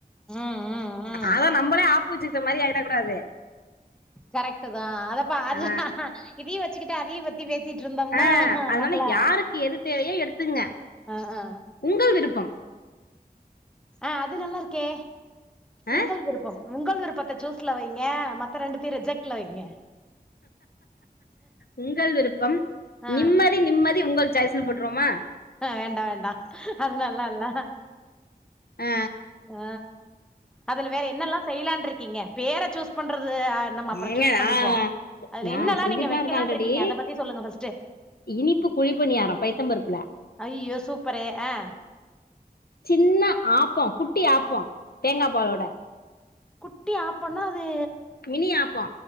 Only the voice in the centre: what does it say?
ம் ம் ம்
கரெக்ட்டு தா அதப்பா அது
இதியு வெச்சுக்கிட்டு அதையு பத்தி பேசிட்ருந்தம்னா
நம்மள
அ அ
ஆ அது நல்லா இருக்கே
உங்கள் விருப்பம் உங்கள் விருப்பத்த சூஸ்ல வைங்க மத்த ரெண்டுத்தையு ரிஜெக்ட்ல வைங்க
ஆ
வேண்டா வேண்டா அது நல்லால்ல
ஆ அதுல வேற என்னல்லா செய்யலான்ருக்கீங்க பேர சூஸ் பண்றது நம்ம அப்புறோ
சூஸ்
பண்ணிப்போ அதுல
என்னல்லா
நீங்க
வெக்கலானு
ருக்கீங்க அத பத்தி சொல்லுங்க ஃபஸ்ட்டு
அய்யய்யோ சூப்பரு ஆ
குட்டி ஆப்போனா அது